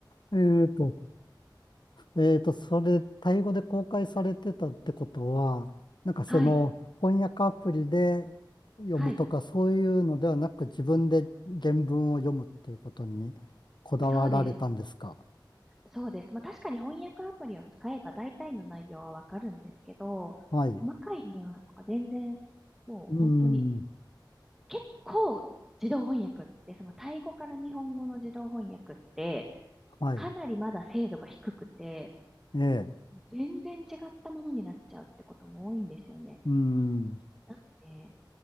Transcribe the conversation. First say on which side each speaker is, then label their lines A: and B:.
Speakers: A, on the left (about 65°); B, in the centre.
A: えっと、えーと、それ、タイ語で公開されてたってことは、なんかその翻訳アプリで
B: はい、
A: 読むとかそういうのではなく自分で原文を読むっていうことにこだわられたんですか
B: はい、そうです。そうです。まあ確かに翻訳アプリを使えば大体の内容はわかるんですけど、
A: はい。
B: 細かいニュアンスとか全然、もう本当に、
A: うん。
B: 結構自動翻訳って、そのタイ語から日本語の自動翻訳って、
A: はい。
B: かなりまだ精度が低くて、
A: ええ。
B: 全然違ったものになっちゃうってことも多いんですよね。
A: うん。
B: なので、